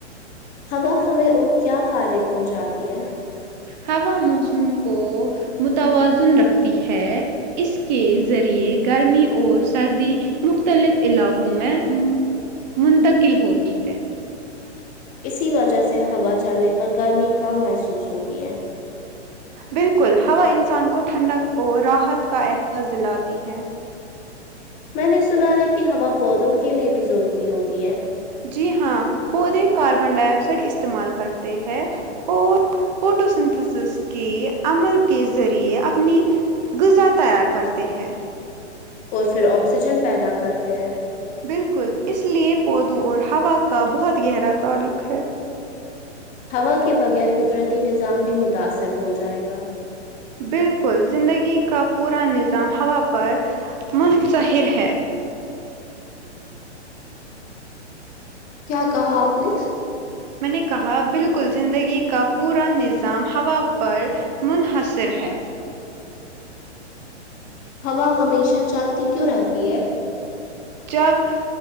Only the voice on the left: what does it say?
ہوا ہمیں اور کیا فائدے پہنچاتی ہے
اسی وجہ سے ہوا چلنے پر گرمی کم محسوس ہوتی ہے
میں نے سنا ہے کہ ہوا پودوں کے لیے بھی ضروری ہوتی ہے
اور پھر آکسیجن پیدا کرتے ہیں
ہوا کے بغیر قدرتی نظام بھی متاثر ہو جائے گا
کیا کہا آپ نے
ہوا ہمیشہ چلتی کیوں رہتی ہے